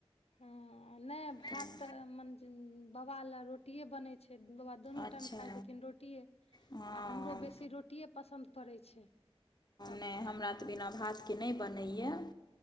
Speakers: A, on the left; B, on the left.
A: हँ नहि भात
B: तेँ
A: तऽ म बाबा लए रो रोटीे बनै छै बाबा दुनू
B: अच्छा
A: टाइम खाय छथिन रोटिये
B: हँ
A: आ हमरो बेसी रोटी रोटीए पसन्द पड़ैत छै। तब
B: नहि हमरा तऽ बिना भातके नहि बनैए